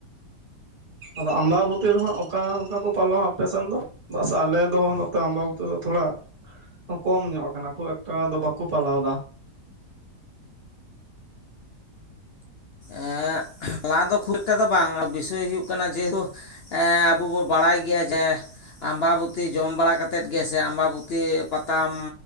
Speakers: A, on the right; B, on the left.
A: ᱟᱫᱚ ᱟᱢᱵᱟᱵᱩᱛᱤ ᱫᱚᱦᱟᱸᱜ ᱚᱠᱟ ᱞᱮᱠᱟ ᱠᱚ ᱯᱟᱞᱚᱣᱟ ᱟᱯᱮ ᱥᱮᱱ ᱫᱚ? ᱵᱟᱥ ᱟᱞᱮ ᱫᱚ ᱱᱚᱛᱮ ᱟᱢᱵᱟᱵᱩᱛᱤ ᱫᱚ ᱛᱷᱚᱲᱟ, ᱠᱚᱢ ᱧᱚᱜ ᱟᱠᱟᱱᱟ ᱠᱷᱩᱵ ᱮᱠᱴᱟ ᱫᱚ ᱵᱟᱠᱚ ᱯᱟᱞᱟᱣ ᱮᱫᱟ᱾
B: ᱮ ᱞᱟᱦᱟ ᱫᱚ ᱠᱷᱩᱵ ᱮᱠᱴᱟ ᱫᱚ ᱵᱟᱝ ᱵᱤᱥᱚᱭ ᱦᱩᱭᱩᱜ ᱠᱟᱱᱟ ᱡᱮᱦᱮᱛᱩ ᱟᱵᱚ ᱵᱚᱱ ᱵᱟᱲᱟᱭ ᱜᱮᱭᱟ ᱡᱮ, ᱟᱢᱵᱟᱵᱩᱛᱤ ᱡᱚᱢ ᱵᱟᱲᱟ ᱠᱟᱛᱮᱫ ᱜᱮᱥᱮ ᱟᱢᱵᱟᱵᱩᱛᱤ ᱯᱟᱛᱟᱢ